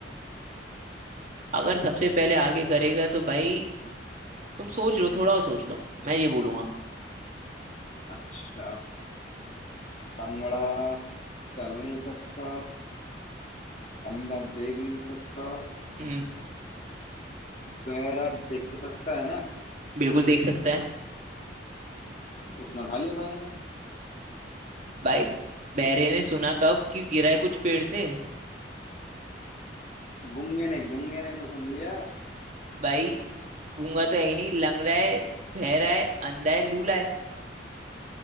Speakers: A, on the right; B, on the left.
A: अगर सबसे पहले आगे करेगा तो भाई तुम सोच लो थोड़ा और सोच लो मैं ये बोलूंगा
B: अच्छा लंगड़ा चल नहीं सकता अंधा देख नहीं सकता
A: हम्म
B: बहरा देख तो सकता है ना
A: बिल्कुल देख सकता है
B: उसने उठा लिया बहरा ने
A: भाई बहरे ने सुना कब कि गिरा है कुछ पेड़ से
B: गूंगे ने गूंगे ने तो सुन लिया
A: भाई गूंगा तो है ही नहीं लंगड़ा है बहरा है अंधा है लूला है